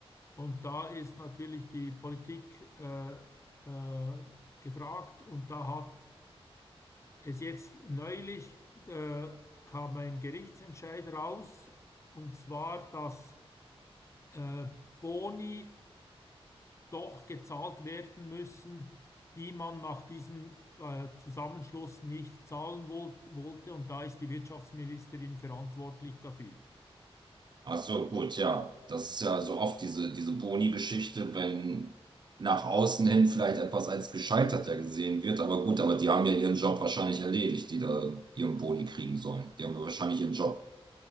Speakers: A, on the left (about 30°); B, on the right (about 45°).
A: Und da ist natürlich die Politik äh, äh, gefragt und da hat Es jetzt neulich äh, kam ein Gerichtsentscheid raus, und zwar, dass äh, Boni doch gezahlt werden müssen, die man nach diesem äh, Zusammenschluss nicht zahlen wol wollte. Und da ist die Wirtschaftsministerin verantwortlich dafür.
B: Ach so, gut, ja. Das ist ja so oft diese, diese Boni-Geschichte, wenn nach außen hin vielleicht etwas als gescheitert ja gesehen wird. Aber gut, aber die haben ja ihren Job wahrscheinlich erledigt, die da ihren Boni kriegen sollen. Die haben ja wahrscheinlich ihren Job,